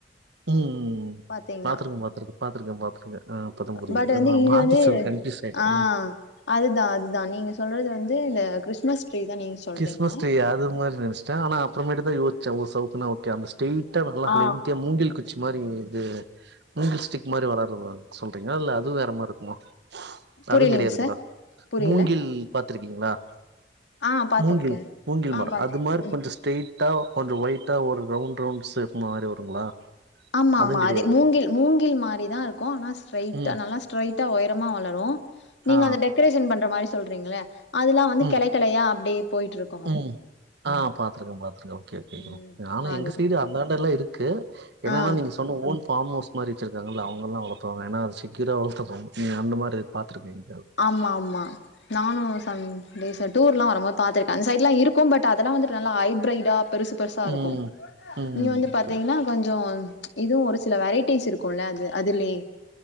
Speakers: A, on the right; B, on the left.
A: ம் ம்
B: பாத்தீங்கன்னா
A: பாத்துருக்கே பாத்துருக்கே பாத்துருக்கே பாத்துருக்கே ஆ இப்பதாபுரியுது
B: பட்
A: இது
B: வந்து
A: மாத்தி
B: வந்து
A: சொல்ட கன்ப்யூஸ் ஆயிடே
B: ஆ அதுதா அதுதா நீங்க சொல்றது வந்து இந்த கிறிஸ்மஸ் ட்ரீ தா நீங்க சொல்றீங்க
A: கிறிஸ்மஸ் ட்ரீ அதுமாரி நெனச்சடே ஆன அப்றமேட்டுதா யோஸ்சே சவுக்கனா ஓகே அந்த ஸ்டெய்ட் டா நல்லா
B: ஆ
A: லென்தியா மூங்கில் குச் சி மாரி இது மூங்கில் ஸ்டிக் மாரி வளரு சொல்றீங்களா இல்ல அது வேற மார்ருக்குமா
B: புரியலைங்க
A: அதுங்கெடையாதுங்ளா
B: சார் புரியல
A: மூங்கில் பாத்துருக்கீங்ளா
B: ஆ பாத்திருக்கே
A: மூங்கில் மூங்கில்
B: ஆ
A: மரொ
B: பாத்து
A: அது மாரி
B: ம்
A: கொஞ்ச ஸ்ட்ரைட்டா கொஞ்ச ஒயிட்டா ஒரு ரவுண்ட் ரவுண்ட் ஸ்சேப் மாரி வருங்களா
B: ஆமா ஆமா
A: அதுவு கெடையாது
B: அதே மூங்கில் மூங்கில் மாரிதா இருக்கூ ஆனா ஸ்ட்ரைட்டா
A: ம்
B: நல்லா ஸ்ட்ரைட்டா ஒயரமா வளரு நீங்க
A: ஆ
B: அந்த டெக்கரேஷன் பண்ற மாரி சொல்றீங்கள அதெல்லா வந்து
A: ம்
B: கெளைக் கெளையா அப்டே போயிட்ருக்
A: ம் ஆ பாத்துருக்கே பாத்துருக்கே ஓகே
B: ம்
A: ஆனா
B: அதுதா
A: எங்க சைடு அந்தாண்டல இருக் க்கு என்னன்னா
B: ஆ
A: நீங்க சொ தன்னு ஓன் பார்ம் ஹவுஸ் மாரி வச்சுருக்காங்கல்ல அவுங்கல்லா வளத்துவாங்க ஏன்னா அது செக்கயூரா வளர்த்த்பா நீ அந்த மாரி பாத்திருக்க இங்க
B: ஆமா ஆமா நானு சம்டேஸ் டூர்லா வரம்போது பா்த்திருக்கே அந்த சைட்லா இருக்கத பட் அதெல்லாம் வந்துட்டு நல்லா ஹைப்ரைடா பெருசு பெருசு தா
A: ம்
B: இருக்கூ
A: ம்
B: நீங்க வந்து பாத்தீங்ன்னா
A: புரியுது
B: கொஞ்சோ இதுவு ஒரு சில வெரைட்டிஸ் இருக்கூல அது அதுலயே